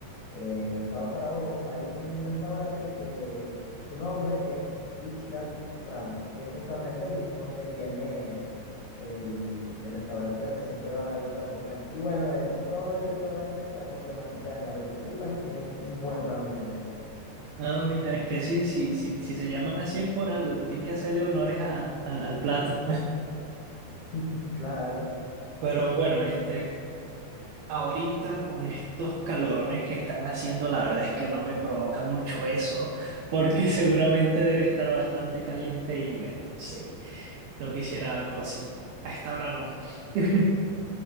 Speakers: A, on the left; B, on the right.
A: eh, en el estado Carabobo, hay un restaurante que su nombre es Ichiraku Ramen, que es justamente el mismo que tiene el, el restaurante donde siempre va Naruto a comer. Y bueno, de hecho, todo el restaurante está con temática de Naruto. Y bueno, tienen un buen ramen allá.
B: Ah, mira, es que sí, sí, sí, si se llaman así es por algo, tienen que hacerle honores a- al al plato.
A: <laughs> Claro.
B: Pero bueno, este, ahorita con estos calorones que están haciendo, la verdad es que no me provoca mucho eso, porque <laughs> seguramente debe estar bastante caliente y bueno, no sé, no quisiera algo así. A esta hora no. <laughs>